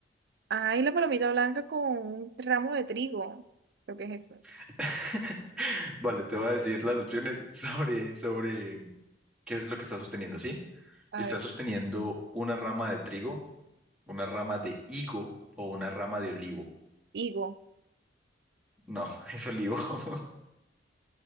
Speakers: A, on the right; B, in the centre.
A: Ay, la palomita blanca con un ramo de trigo. Creo que es eso.
B: <laughs> Vale, te voy a decir las opciones sobre, sobre qué es lo que está sosteniendo, ¿sí?
A: A
B: Está
A: ver,
B: sosteniendo una rama de trigo, una rama de higo o una rama de olivo.
A: higo.
B: No, <laughs> es olivo. <laughs>